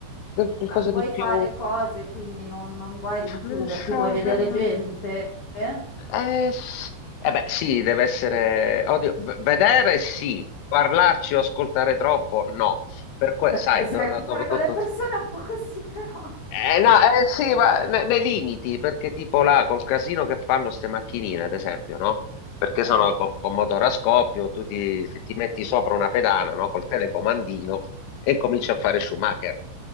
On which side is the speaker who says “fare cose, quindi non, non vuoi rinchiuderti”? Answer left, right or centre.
Left